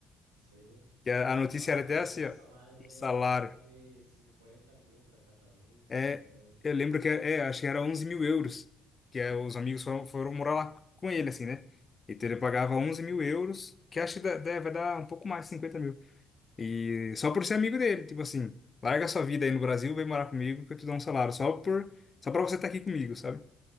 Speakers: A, on the right; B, on the left.
A: sim.
B: que a, a notícia
A: Pagava
B: era até
A: um
B: assim,
A: salário
B: ó,
A: mensal
B: um salário.
A: de 50 mil para cada um, se
B: É,
A: eu não me engano.
B: eu lembro que é, é, acho que era 11 mil euros, que é, os amigos foram, foram morar lá com ele, assim, né? Então ele pagava 11 mil euros, que acho que dá- dá- vai dar um pouco mais, 50 mil. E só por ser amigo dele, tipo assim, larga sua vida aí no Brasil, vem morar comigo que eu te dou um salário, só por, só para você estar aqui comigo, sabe?